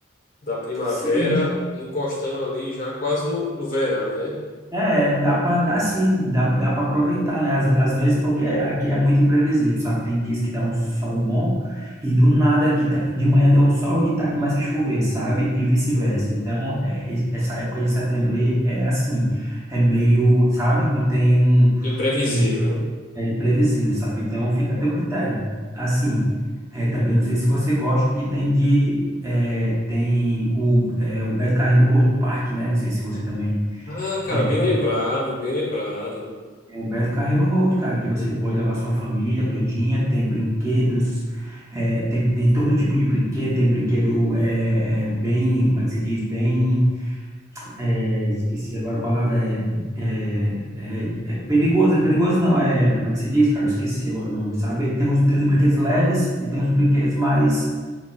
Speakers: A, on the left; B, on the right.
A: da primavera,
B: sim,
A: encostando ali já quase no, no verão, né?
B: É, é, dá pra dar sim, dá, dá para aproveitar, né? Às, às vezes, porque é, aqui é muito imprevisível, sabe? Tem dias que dá um sol bom e do nada aqui tá, de manhã deu um sol e de tarde começa a chover, sabe? E vice-versa.
A: Hum.
B: Então, é- é- essa época de setembro aí é assim, é meio, sabe? Não tem um,
A: Imprevisível,
B: um-
A: né?
B: é imprevisível, sabe? Então, fica a teu critério. Assim, é, também não sei se você gosta que tem de, é, tem o, é, o Beto Carreiro Road Park, né? Não sei se você também.
A: Ah, cara,
B: É,
A: bem lembrado, bem lembrado.
B: Tem o Beto Carreiro Road, cara, que você pode levar sua família todinha, tem brinquedos, é, tem, tem todo tipo de brinquedo, tem brinquedo é, é, bem, como é que se diz, bem, é, esqueci agora a palavra, é, é, é, é perigoso, é perigoso não, é, como é que se diz, cara, eu esqueci agora o nome, sabe? Tem os, tem os brinquedos leves e tem os brinquedos mais,